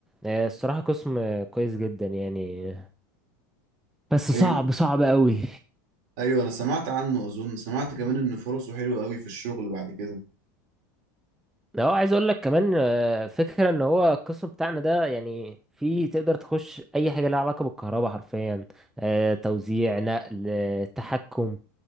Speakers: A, in the centre; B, on the right.
A: آه، الصراحه قسم آه، كويس جدا يعني بس صعب
B: ايوه
A: صعب قوي
B: ايوه انا سمعت عنه اظن سمعت كمان ان فرصه حلوة قوي في الشغل بعد كده
A: اه عايز اقول لك كمان آه، فكره ان هو القسم بتاعنا ده يعني في تقدر تخش اي حاجه لها علاقه بالكهرباء حرفيا آه، توزيع نقل آه، تحكم